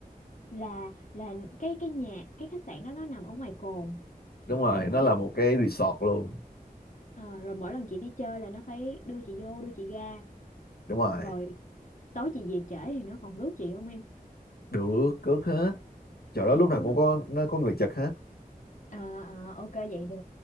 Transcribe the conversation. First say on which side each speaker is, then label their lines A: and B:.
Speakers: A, on the left; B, on the left.
A: là là cái cái nhà cái khách sạn đó nó nằm ở ngoài cồn
B: đúng rồi
A: vậy mỗi
B: nó là
A: lần
B: một cái resort luôn
A: ờ, rồi mỗi lần chị đi chơi là nó phải đưa chị vô đưa chị ra
B: đúng rồi
A: rồi tối chị về trễ thì nó còn rước chị không em
B: được cước hết chỗ đó
A: à
B: lúc
A: rước
B: nào cũng
A: không
B: có nó có người Nhật hết
A: à, à, ok vậy được